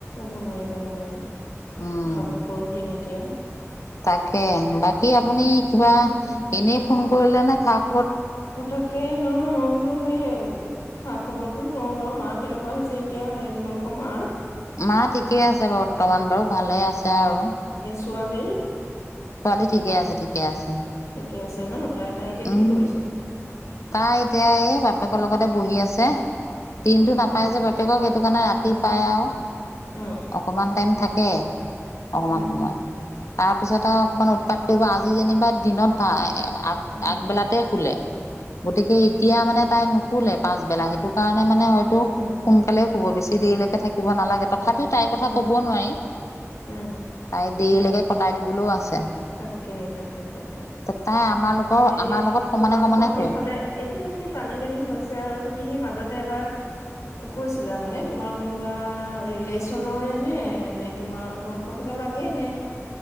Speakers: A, on the left; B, on the left.
A: ক'ব নোৱাৰি ক'ব নোৱাৰি।
B: উম
A: উসাপ প'পৰৰ দিন এতিয়া।
B: তাকে। বাকী আপুনি
A: উম।
B: কিবা এনেই ফোন কৰিলেনে? থাক।
A: অ, তাকে নহ মই বোলো। সেই এম, খা-খবৰটো লওঁ বাৰু মা কেনেকুৱা হৈছে এতিয়া। এই তোমালোকৰ মা।
B: মা ঠিক। কে আছে ঘৰত। বৰ্তমান বাৰু ভালে আছে আৰু।
A: ছোৱালী।
B: ছোৱালী ঠিকে আছে। ঠিকে আছে।
A: ঠিকে আছে ন তাই তাই এতিয়া
B: উম,
A: কি কৰিছে
B: তাই এতিয়া এ, বাপেক। মাৰ লগতে বহি আছে। দিনটো
A: অ
B: নাপাই
A: অ
B: যে বাপেকক। সেইটো কাৰণে ৰাতি
A: উম
B: পায়। আৰু
A: অ
B: অকমান টাইম থাক। সেয়ে। অকমান
A: উম
B: সময়। তাৰপিছত আৰু। অকমান উৎপাত কৰিব আজি যেনিবা দিনত ভা। <unintelligible> আগ
A: উম
B: আগবেলাতে শুলে। গতিকে এতিয়া মানে তাই নুশোুলে পাছবেলা সেইটো কাৰণ। নে মানে হয়টো
A: উম
B: সোনকালে শুব বেছি। দেৰিলৈকে থাকিব নালাগে। তথাপিও তাইৰ কথা
A: উম
B: কব নোৱাৰি
A: উম
B: তাই। দেৰিলৈকে কটাই দিবলৈও আছে।
A: তাকে, তাকে, তাকে।
B: তাই আমাৰ লোকৰ
A: এ'
B: আমাৰ লগত সমানে
A: তোমালোকৰ
B: সমানে শুৱে।
A: সেইফালে এতিয়া যদি পানী দুনি হৈছে আৰু তুমি সেই মাজতে এবাৰ। কৈছিলা, মানে তোমাৰ কোনোবা ৰিলেচনৰে নে নে তোমাৰ তোমালোকৰ কিবা লাগে নে।